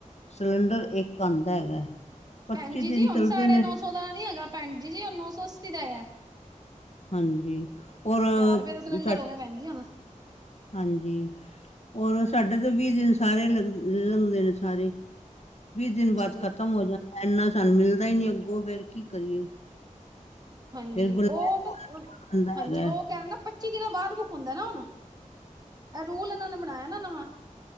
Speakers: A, on the left; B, on the right.
A: ਸਿਲੰਡਰ ਇੱਕ ਆਉਦਾ ਹੈਗਾ। ਪੱਚੀ
B: ਭੈਣ ਜੀ ਜੀ
A: ਦਿਨ
B: ਹੁਣ
A: ਚੱਲਦੇ
B: ਸਾਢੇ
A: ਨੇ।
B: ਨੌ ਸੌ ਦਾ ਨੀ ਹੈਗਾ ਭੈਣ ਜੀ ਦੀਦੀ ਉਹ ਨੌ ਸੌ ਅੱਸੀ ਦਾ ਹੈਗਾ।
A: ਹਾਂਜੀ। ਔਰ
B: ਹਜ਼ਾਰ
A: ਅ,
B: ਰੁਪਏ ਦੇ ਸਿਲੰਡਰ
A: ਸਾਡੇ
B: ਹੋ ਗਏ ਭੈਣਜੀ ਹੁਨ।
A: ਹਾਂਜੀ। ਔਰ ਸਾਡੇ ਤੇ ਵੀਹ ਦਿਨ ਸਾਰੇ ਲਗ ਲੰਘਦੇ ਨੇ ਸਾਰੇ। ਵੀਹ ਦਿਨ
B: ਅੱਛਾ
A: ਬਾਅਦ
B: ਜੀ
A: ਖ਼ਤਮ ਹੋ ਜਾਂਦਾ ਇੰਨਾ ਸਾਨੂੰ ਮਿਲਦਾ ਹੀ ਨਹੀਂ ਅੱਗੋਂ ਫੇਰ ਕੀ ਕਰੀਏ।
B: ਹਾਂਜੀ
A: ਫੇਰ ਬੁਲਾਇਆ
B: ਉਹ,
A: ਬੰਦਾ
B: ਹਾਂਜੀ
A: ਹੈਗਾ ਹੈ।
B: ਉਹ ਕਹਿੰਦਾ ਪੱਚੀ ਦਿਨਾਂ ਬਾਅਦ ਬੁੱਕ ਹੁੰਦਾ ਨਾ ਹੁਣ। ਇਹ ਰੂਲ ਇਹਨਾਂ ਨੇ ਬਣਾਇਆ ਨਾ ਨਵਾਂ।